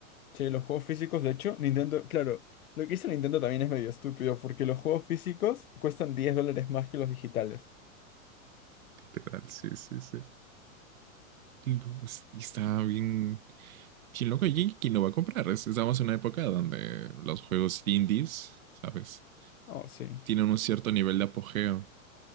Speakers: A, on the left; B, on the right.
A: Sí, los juegos físicos, de hecho, Nintendo, claro, lo que hizo Nintendo también es medio estúpido porque los juegos físicos cuestan 10 dólares más que los digitales.
B: Literal, sí, sí, sí. Y pues, y está bien, bien loco. ¿Y quién lo va a comprar? Es- Estamos en una época donde los juegos indies, ¿sabes?
A: Oh, sí.
B: Tienen un cierto nivel de apogeo.